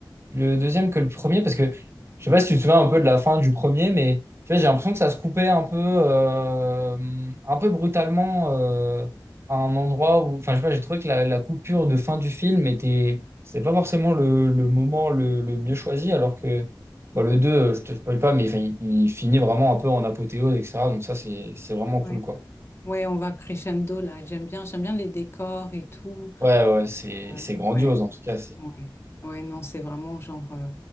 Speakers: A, on the right; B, on the left.
A: le deuxième que le premier parce que je sais pas si tu te souviens un peu de la fin du premier, mais tu vois, j'ai l'impression que ça se coupait un peu, euh, un peu brutalement euh, à un endroit où, enfin, je sais pas, j'ai trouvé que la, la coupure de fin du film était, c'est pas forcément le, le moment le, le mieux choisi, alors que bon, le 2, je te spoil pas, mais enfin, il, il finit vraiment un peu en apothéose, etc. Donc ça, c'est c'est vraiment
B: Ouais.
A: cool, quoi.
B: Ouais, on va crescendo là. J'aime bien, j'aime bien les décors et tout.
A: Ouais, ouais, c'est
B: Euh,
A: c'est grandiose
B: ouais.
A: en tout cas.
B: Ouais. Ouais, non, c'est vraiment genre, euh,